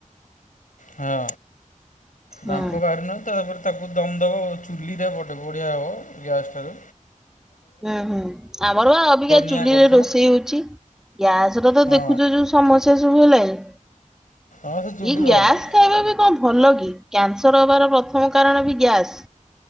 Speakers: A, on the left; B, in the centre.
A: ହଁ
B: ହୁଁ।
A: ବାମ୍ଫ ବାହାରୁନ, ତାପରେ ତାକୁ ଦମ୍ ଦବ ଚୁଲିରେ, ଗୋଟେ ବଢିଆ ହବ ଗ୍ୟାସ ଠାରୁ।
B: ହୁଁ- ହୁଁ ଆମର ବା ଅବିକା
A: ନିଆଁ
B: ଚୁଲିରେ
A: କରିଥିବ
B: ରୋଷେଇ ହଉଛି। ଗ୍ୟାସର ତ
A: ହଁ
B: ଦେଖୁଛ ଯୋଉ ସମସ୍ୟା ସବୁ ହେଲାଇଁ।
A: ହଁ ସେ ଚୁଲି
B: ଏ
A: ଭଲ
B: ଗ୍ୟାସ ଖାଇବା ବି କଣ ଭଲ କି? କ୍ୟାନସର୍ ହବାର ପ୍ରଥମ କାରଣ ବି ଗ୍ୟାସ୍।